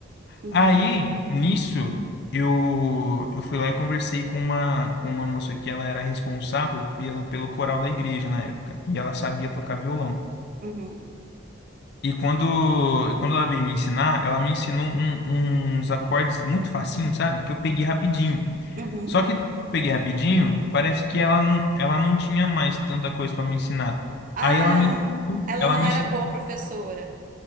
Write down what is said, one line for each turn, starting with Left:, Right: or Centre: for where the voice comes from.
Right: Uhum.
Left: Aí, nisso, eu, eu fui lá e conversei com uma, com uma moça que ela era responsável pelo, pelo coral da igreja na época. E ela sabia tocar violão.
Right: Uhum.
Left: E quando, e quando ela veio me ensinar, ela me ensinou um- uns acordes muito facinho, sabe? Que eu peguei rapidinho.
Right: Uhum.
Left: Só que eu peguei rapidinho, parece que ela, n- ela não tinha mais tanta coisa pra me ensinar.
Right: Ah,
Left: Aí ela me, ensinou-
Right: ela
Left: ela
Right: não
Left: me
Right: era
Left: ensinou.
Right: boa professora.